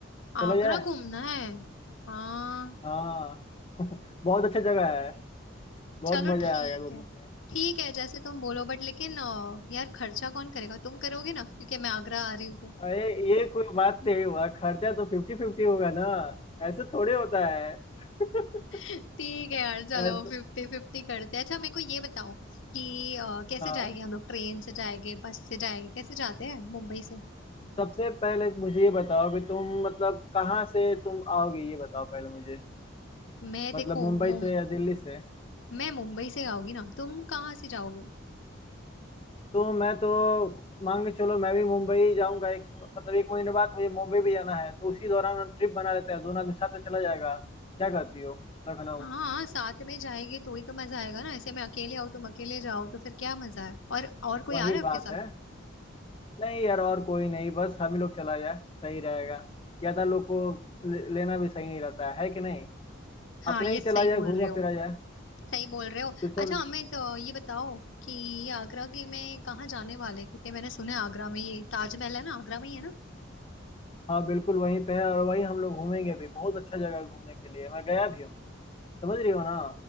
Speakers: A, on the left (about 25°); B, on the left (about 75°).
A: चला
B: आगरा
A: जाए
B: घूमना है हाँ
A: हाँ बहुत अच्छा जगह है बहुत
B: चलो
A: मजा
B: ठीक
A: आएगा घूमने
B: है
A: में
B: ठीक है जैसे तुम बोलो बट लेकिन अ, यार खर्चा कौन करेगा तुम करोगे ना क्योंकि मैं आगरा आ रही हूँ तो।
A: अरे ये कोई बात नहीं हुआ खर्चा तो फिफ्टी फिफ्टी होगा ना ऐसे थोड़े होता है <laughs>
B: ठीक है यार चलो
A: ऐसा
B: फिफ्टी फिफ्टी करते हैं अच्छा मेरे को ये बताओ कि अ, कैसे
A: हाँ
B: जाएंगे हम लोग ट्रेन से जाएंगे बस से जाएंगे कैसे जाते हैं मुंबई से
A: सबसे पहले मुझे ये बताओ कि तुम मतलब कहाँ से तुम आओगी ये बताओ पहले मुझे
B: मैं
A: मतलब
B: देखो
A: मुंबई
B: मुम
A: से या दिल्ली से
B: मैं मुंबई से आऊंगी ना तुम कहाँ से जाओगे
A: तो मैं तो मान के चलो मैं भी मुंबई जाऊंगा एक मतलब एक महीने बाद मुझे मुंबई भी जाना है तो उसी दौरान ट्रिप बना लेते हैं दोनों आदमी साथ में चला जाएगा क्या कहती हो लखनऊ
B: हाँ साथ में जाएंगे तो ही तो मजा आएगा ना ऐसे मैं अकेले आऊँ तुम अकेले जाओ तो फिर क्या मजा है और और कोई
A: वही
B: आ रहा है आपके
A: बात
B: साथ
A: है नहीं यार और कोई नहीं बस हम ही लोग चला जाए सही रहेगा ज्यादा लोग को ले- लेना भी सही नहीं रहता है है कि नहीं
B: हाँ
A: अपने
B: ये
A: ही
B: सही
A: चला जाए
B: बोल
A: घूमा
B: रहे हो
A: फिरा जाए
B: सही बोल रहे हो
A: तो
B: अच्छा
A: चल
B: हमें तो ये बताओ कि आगरा के में कहाँ जाने वाले हैं? क्योंकि मैंने सुना है आगरा में ये ताजमहल है ना आगरा में ही है ना
A: हाँ बिल्कुल वहीं पे है और वहीं हम लोग घूमेंगे भी बहुत अच्छा जगह है घूमने के लिए मैं गया भी हूँ समझ रही हो ना